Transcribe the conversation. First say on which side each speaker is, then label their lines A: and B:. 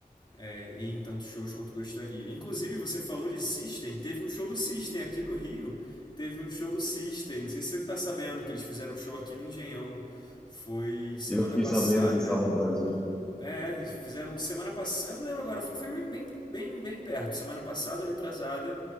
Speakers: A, on the left; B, in the centre.
A: é, ir em tantos shows quanto gostaria. Inclusive, você falou de System, teve um show do System aqui no Rio. Teve um show do System, não sei se você tá sabendo que eles fizeram um show aqui no Engenhão. Foi semana
B: eu fiquei
A: passada.
B: sabendo que eles estavam no Brasil,
A: É, eles fizeram semana passada, eu não lembro agora, foi- foi bem, bem, bem perto, semana passada ou retrasada.